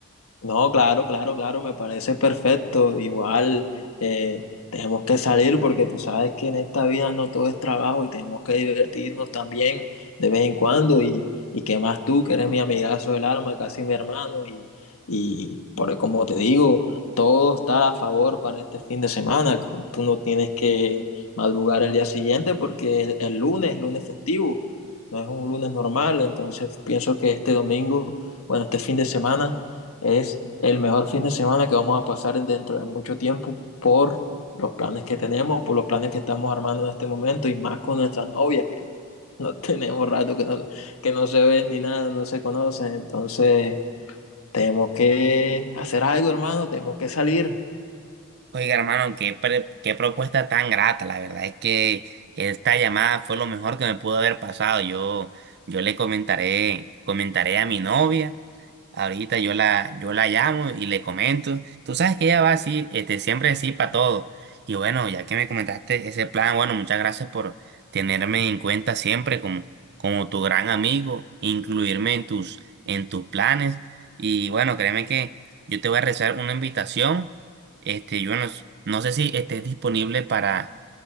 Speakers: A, on the left (about 75°); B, on the right (about 50°).
A: No, claro, claro, claro, me parece perfecto. Igual eh, tenemos que salir porque tú sabes que en esta vida no todo es trabajo y tenemos que divertirnos también de vez en cuando. Y, y qué más tú, que eres mi amigazo del alma, casi mi hermano. Y, y por, como te digo, todo está a favor para este fin de semana. Tú no tienes que madrugar el día siguiente porque es el lunes, lunes festivo, no es un lunes normal. Entonces pienso que este domingo, bueno, este fin de semana. Es el mejor fin de semana que vamos a pasar dentro de mucho tiempo por los planes que tenemos, por los planes que estamos armando en este momento y más con nuestras novias que <laughs> no tenemos rato que no, que no se ven ni nada, no se conocen. Entonces, tenemos que hacer algo, hermano, tenemos que salir.
B: Oiga, hermano, qué, pre- qué propuesta tan grata. La verdad es que esta llamada fue lo mejor que me pudo haber pasado. Yo, yo le comentaré, comentaré a mi novia Ahorita yo la, yo la llamo y le comento. Tú sabes que ella va así, este, siempre así para todo. Y bueno, ya que me comentaste ese plan, bueno, muchas gracias por tenerme en cuenta siempre como, como tu gran amigo, incluirme en tus, en tus planes. Y bueno, créeme que yo te voy a rezar una invitación. Este, yo no, s- no sé si estés disponible para,